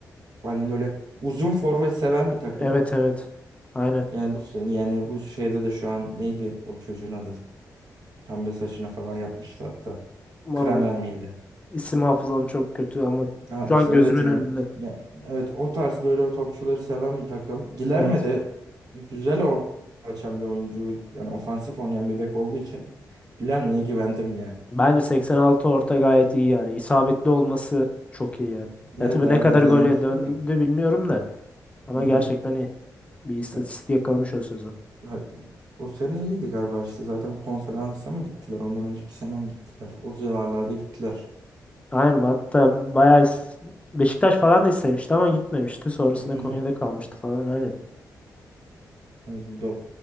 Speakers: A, on the right; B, on the left.
A: yani böyle uzun forvet seven bir takım.
B: Evet evet. Aynen.
A: Yani bu yani bu şeyde de şu an neydi o çocuğun adı? Pembe saçına falan yapmıştı hatta.
B: Vallahi
A: Kramer miydi?
B: isim hafızam çok kötü ama
A: Ha
B: şu
A: işte
B: an gözümün
A: evet yani
B: önünde.
A: ya, evet o tarz böyle topçuları seven bir takım. gilerme
B: Evet.
A: de güzel orta açan bir oyuncu ve yani ofansif oynayan bir bek olduğu için gilermeye güvendim ya.
B: Bence 86 orta gayet iyi yani. İsabetli olması çok iyi yani.
A: Ya
B: Ya tabii
A: daha
B: ne kadar
A: da denemişler
B: gole döndü
A: de.
B: bilmiyorum da. Ama
A: Hı hı.
B: gerçekten iyi. Bir istatistik
A: Ya,
B: yakalamış o sezon.
A: ha- o sene iyiydi galiba işte zaten konferansa mı gittiler ondan önceki sene mi gittiler? O civarlarda gittiler.
B: Aynen hatta bayağı is- Beşiktaş falan da istemişti ama gitmemişti. Sonrasında
A: Hı
B: Konya'da
A: hı.
B: kalmıştı falan aynen.
A: Evet, doğru.